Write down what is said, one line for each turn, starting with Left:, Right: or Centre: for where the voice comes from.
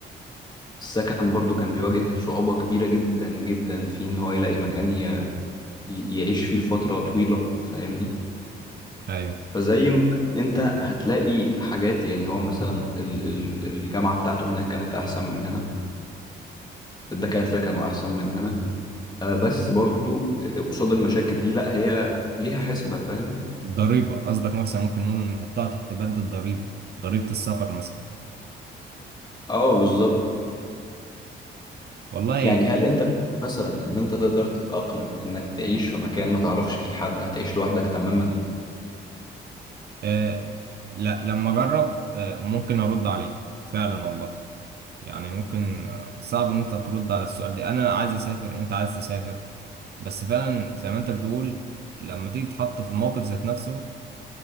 Left: السكن برضو كان بيواجه صعوبة كبيرة جدا جدا في إن هو يلاقي مكان ي- ي- يعيش فيه لفترة طويلة فاهمني
Right: ايوه
Left: فزي ما أنت هتلاقي حاجات يعني هو مثلا ال- ال- الجامعة بتاعته هناك كانت أحسن من هنا الدكاترة كانوا أحسن من هنا آه، بس برضو آه، قصاد المشاكل دي لا هي ليها حسبة فاهم
Right: الضريبه قصدك مثلا ممكن نقول نحطها تحت بند الضريبه ضريبه السفر مثلا
Left: اه بالظبط
Right: والله
Left: يعني هل انت مثلا ان انت تقدر تتأقلم انك تعيش في مكان ما تعرفش فيه حد هتعيش لوحدك تماما
Right: آه لا لما اجرب آه ممكن ارد عليك فعلا والله يعني ممكن آه، صعب ان انت ترد على السؤال ده انا عايز اسافر انت عايز تسافر بس فعلا زي ما انت بتقول لما تيجي تتحط في الموقف ذات نفسه